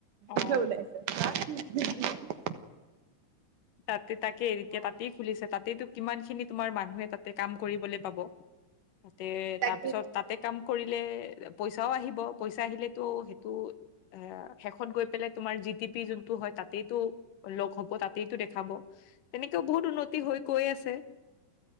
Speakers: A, on the left; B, on the right.
A: অ'
B: জহে ওলাইছে।
A: তাতে- তাকেই তেতিয়া
B: অ
A: তাতেই খুলিছে। তাতেইতো কিমান খিনি তোমাৰ মানুহে তাতে কাম কৰিবলৈ পাব তাতে
B: তাকেই
A: তাৰপিছত
B: তাকেই
A: তাতে কাম কৰিলে পইচাও আহিব পইচা আহিলেতো সেইটো এ শেষত গৈ পেলাই তোমাৰ জিটি পি যোনটো হয় তাতেই টো লগ হ'ব তাত সেইটো দেখাব তেনেকেও বহুত উন্নতি হৈ গৈ আছে।